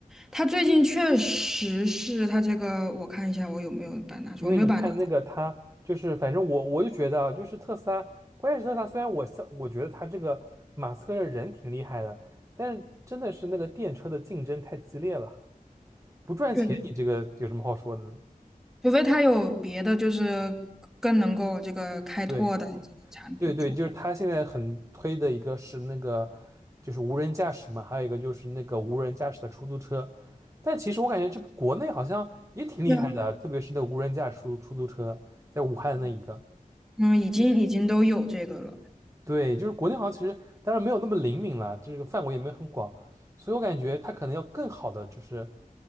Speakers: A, in the centre; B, on the right.
A: 它最近确实是它这个，我看一下我有没有把它拿出，
B: 因为你看那个它就是反正我我就觉得啊，
A: 我没有把它拿
B: 就是特斯拉，关键是特斯拉虽然我像我觉得它这个马斯克的人挺厉害的，但是真的是那个电车的竞争太激烈了。不赚钱，
A: 出。
B: 你这个有什么好说的呢？
A: 除非他有别的，就是更能够这个开拓的这个产品出。
B: 对，对对，就是他现在很推的一个是那个，
A: 来。
B: 就是无人驾驶嘛，还有一个就是那个无人驾驶的出租车。但其实我感觉这国内好像也挺厉害的，
A: 对啊
B: 特别是那个无人驾驶出出租车，在武汉的那一个，
A: 嗯，已经已经都有这个了。
B: 对，就是国内好像其实当然没有那么灵敏了，这个范围也没有很广，所以我感觉它可能要更好的就是